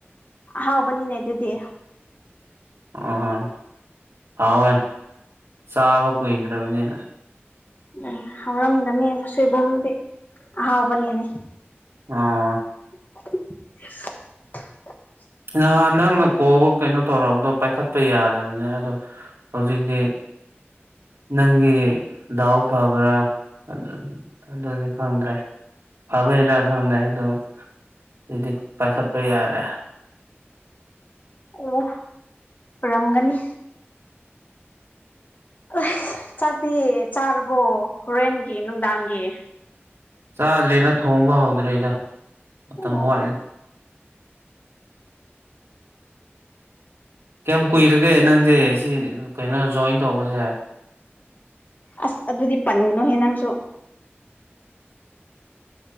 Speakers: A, on the left (about 40°); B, on the right (about 75°).
A: ꯍ ꯍꯥꯎꯕꯅꯤꯅꯦ ꯑꯗꯨꯗꯤ
B: ꯑ ꯍꯥꯎꯋꯦ ꯆꯥꯕ ꯀꯨꯏ ꯗ꯭ꯔꯕꯅꯤꯅ
A: ꯑꯦ ꯍꯥꯎꯔꯝꯒꯅꯤ ꯁꯣꯏꯕꯨꯝꯗꯤ ꯑꯍꯥꯎꯕꯅꯤꯅꯦ
B: ꯑꯥ
A: <inaudible>
B: ꯅꯍꯥꯟ ꯅꯪꯅ ꯀꯣꯜ ꯀꯩꯅꯣ ꯇꯧꯔꯛꯔꯕꯗꯣ ꯄꯥꯏꯈꯠꯄ ꯌꯥꯗꯕꯅꯦ ꯑꯗꯣ ꯍꯧꯖꯤꯛꯇꯤ ꯅꯪꯒꯤ ꯗꯥꯎ ꯐꯕ꯭ꯔꯥ ꯑꯗꯨ ꯑꯗꯨꯗꯤ ꯐꯪꯗ꯭ꯔꯦ ꯐꯥꯕꯩꯔꯥ ꯈꯪꯗꯦ ꯑꯗꯨ ꯑꯗꯨꯗꯤ ꯄꯥꯏꯈꯠꯄ ꯌꯥꯔꯦ
A: ꯑꯣ ꯔꯝꯒꯅꯤ ꯑꯁ ꯆꯥꯛꯇꯤ ꯆꯥꯔꯕꯣ ꯍꯣꯔꯦꯟꯒꯤ ꯅꯨꯡꯗꯥꯡꯒꯤ
B: ꯆꯥꯗ꯭ꯔꯦꯗ ꯊꯣꯡꯕ ꯍꯧꯗ꯭ꯔꯦꯗ ꯃꯇꯝ
A: ꯑꯣ
B: ꯋꯥꯠꯂꯤ ꯀꯌꯥꯝ ꯀꯨꯏꯔꯒꯦ ꯅꯪꯗꯤ ꯁꯤ ꯀꯩꯅꯣ ꯖꯣꯏꯟ ꯇꯧꯕꯁꯦ
A: ꯑꯁ ꯑꯗꯨꯗꯤ ꯄꯟꯒꯅꯨꯍꯦ ꯅꯪꯁꯨ